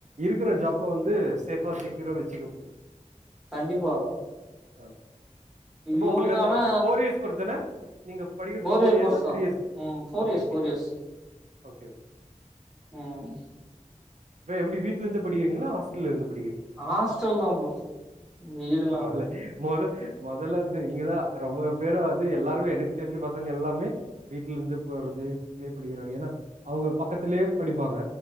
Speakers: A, on the right; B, in the centre.
A: இருக்குற ஜாப வந்து சேஃப்பா செக்யூரா வச்சுக்க முடியு
B: கண்டிப்பா
A: ஆ இப்ப
B: இவங்க
A: உங்ளுக்கு எத்த
B: ஆனா
A: ஃபோர் இயர்ஸ் <unintelligible> துன நீங்க படிக்கிறது ஃபோர்
B: இயர்
A: இயர்ஸ்
B: கோர்ஸ் தா
A: த்ரீ இயர்
B: ம் four
A: அ okay
B: years
A: okay
B: four years
A: bro
B: ம்
A: எப்டி வீட்டுலருந்து படிக்கிறீங்ளா ஹாஸ்டல்ல இருந்து படிக்கிறீங்ளா
B: ஹாஸ்டல்தா ப்ரோ வீடுல்லா
A: பரவால்ல
B: இல்ல
A: மொத மொதல்ல வந்து நீங்கதா ரொம்ப பேரு அது எல்லாருமே எனக்கு தெரிஞ்சு பசங்க எல்லாமே வீட்ல இருந்து போறது வீட் லியே படிக்கிறாங்க ஏனா அவுங்க பக்கத்திலே படிப்பாங்க